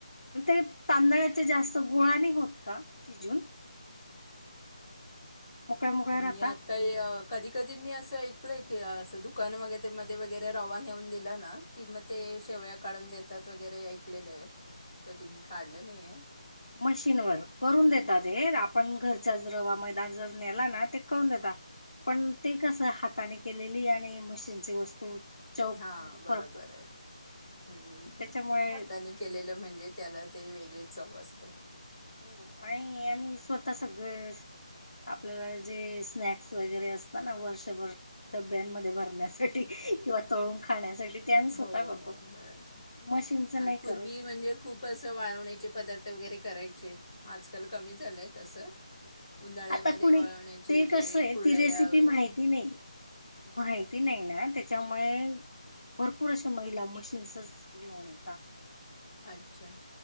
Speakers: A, on the left; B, on the left.
A: म त्या तांदळाच्या जास्त गोळा नय होत का शिजून. मोकळ्या मोकळ्या
B: मी
A: राहता
B: आता ये अ कधी कधी मी असं ऐकलंय की असं दुकान वग ते मध्ये वग गैरे रवा नेऊन दिला ना की म ते शेवया काढून देतात वगैरे ऐकलेले ये कधी मी काढल्या नाये.
A: मशीन वर करून देतात. हे आपण घरच्याच रवा मैदा जर नेला ना ते करून देता. पण ते कसं हाताने केलेली आणि मशीनची वस्तू चव
B: हा
A: मध्ये
B: बरोबर,
A: फरक पडतो
B: हम
A: त्याच्यामुळे
B: हातानी केलेलं म्हणजे त्याला ते वेगळी चव असते.
A: हो आणि आम्ही स्वतः सगळं आपल जे स्नॅक्स वगैरे असत ना वर्षभर डब्यांमध्ये भरण्यासाठी किंवा तळून खाण्यासाठी टाइम्स
B: हो
A: होता बग
B: हो
A: तो.
B: बरोबर
A: मशीनचं
B: अ,
A: नाही
B: पूर्वी
A: करत.
B: म्हणजे खूप असं वाळवण्याचे पदार्थ वगैरे करायचे. आजकाल कमी झालंय तसं उन्हाळ्यामध्ये
A: आता कुणी
B: वळवण्याचे
A: ते
B: जे
A: कसं आहे
B: कुर्डया
A: ती रेसिपी
B: वगैरे
A: माहिती नाही माहिती नाही ना त्याच्यामुळे भरपूर अशा महिला मशीन्सच घेऊन येतात.
B: अच्छा!